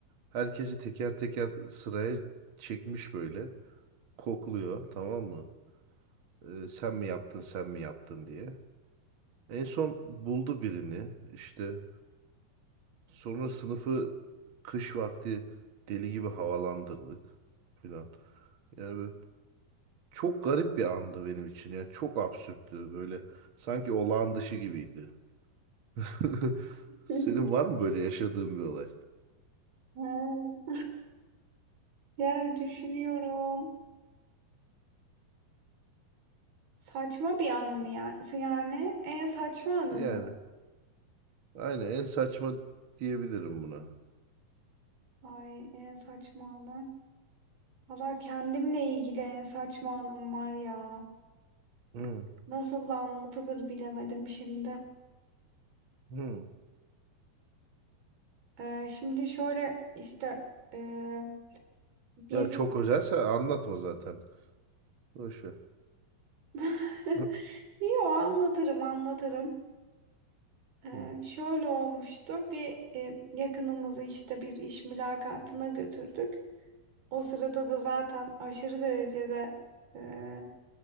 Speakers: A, on the right; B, on the right.
A: herkesi teker teker sıraya çekmiş böyle. Kokluyor tamam mı? Ee, sen mi yaptın sen mi yaptın diye. En son buldu birini işte. Sonra sınıfı kış vakti deli gibi havalandırdık filan. Yani böyle çok garip bir andı benim için ya. Çok absürttü böyle. Sanki olağan dışı gibiydi. <laughs>
B: <laughs>
A: Senin var mı böyle yaşadığın bir olay?
B: Ha, Yani düşünüyorum. Saçma bir anı mı yani? Yani en saçma anın
A: Yani
B: mı?
A: aynen en saçma diyebilirim buna.
B: Ay en saçma anım. Valla kendimle ilgili en saçma anım var ya.
A: Hı,
B: Nasıl da anlatılır bilemedim şimdi.
A: hı.
B: Ee, şimdi şöyle işte ee, bir...
A: Ya çok özelse anlatma zaten. Boş ver.
B: <laughs>
A: Hı,
B: Yo anlatırım anlatırım. Ee,
A: hı,
B: şöyle olmuştu bir e, yakınımızı işte bir iş mülakatına götürdük. O sırada da zaten aşırı derecede e,